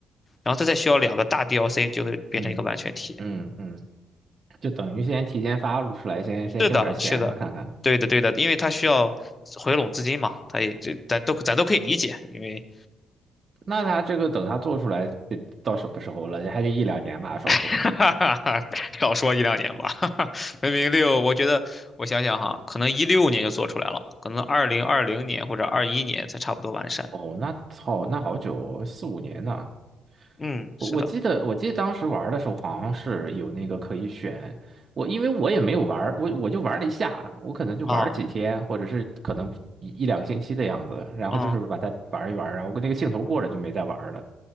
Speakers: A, on the left; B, on the right.
A: 然后它再需要两个大 DLC 就会变成一个完全体。
B: 嗯嗯嗯，就等于先提前发出来，先先挣点钱嘛，
A: 是的，是的，
B: 看看。
A: 对的，对的，因为它需要回笼资金嘛，它也这咱都咱都可以理解，因为
B: 那他这个等他做出来得到什么时候了？还得一两年吧，少说。
A: <laughs> 哈哈哈，少说一两年吧，<laughs> 哈哈，文明六，我觉得我想想哈，可能一六年就做出来了，可能二零二零年或者二一年才差不多完善。
B: 哦，那操，那好久，四五年呢。
A: 嗯，
B: 我我记得我记得当时玩的时候好像是有那个可以选，
A: 是的，
B: 我因为我也没有玩儿我我就玩了一下，我可能就玩了几天，
A: 啊，
B: 或者是可能一一两个星期的样子，然后就是把它玩一玩，
A: 嗯，
B: 然后跟那个兴头过了就没再玩儿了。